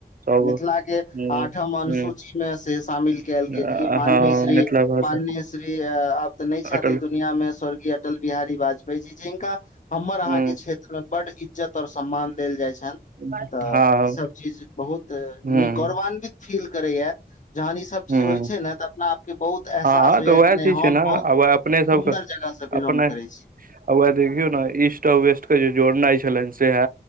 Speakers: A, on the right; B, on the left.
A: सब
B: मिथिला के
A: हूँ
B: आठम अनुसूची
A: हूँ
B: मे से शामि कयल
A: अ,
B: गेल मान्य
A: हँ
B: श्री
A: मिथिला भाषा
B: मान्य श्री आब तऽ नहि छथि
A: अटल
B: दुनिया मे स्वर्गीय अटल बिहारी वाजपेयी जी ज हिनक हमर
A: हूँ
B: अहाँ के क्षेत्र में बड इज्जत और सम्मान देल जाय छनि
A: हँ
B: त इ स चीज बहुत न
A: हूँ
B: गौरवान्वित फील करै जहन ईसभ
A: हूँ
B: चीज होइ छै ने तऽ अपना आपके बहुत एहसास
A: हँ
B: होइया
A: तऽ उएह
B: कि नहि
A: चीज
B: हम
A: छै ने आ
B: बहु
A: वएह अपने
B: सुन्दर
A: सबके
B: जगह से बिलोंग
A: अपने
B: करै छ
A: आ उएह देखियौ ने ईस्ट आ वेस्ट के जे जोड़नाइ छलनि से ह